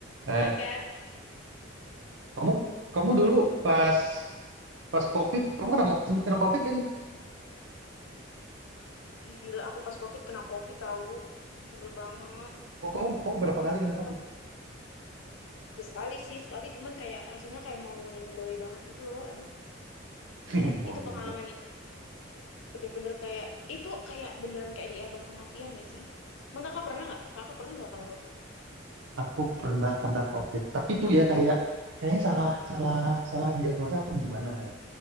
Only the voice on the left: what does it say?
Ih, kayak
ih, gila aku pas COVID kena COVID tahu sebel banget.
Aku
pas ya sekali sih sekali cuman kayak rasanya kayak mau meninggoy banget gitu loh. Aduh
itu
pengalaman
yang bener-bener kayak itu kayak beneran kayak di abang kematian gak sih? Emang kakak pernah nggak? Kakak pernah nggak kena COVID?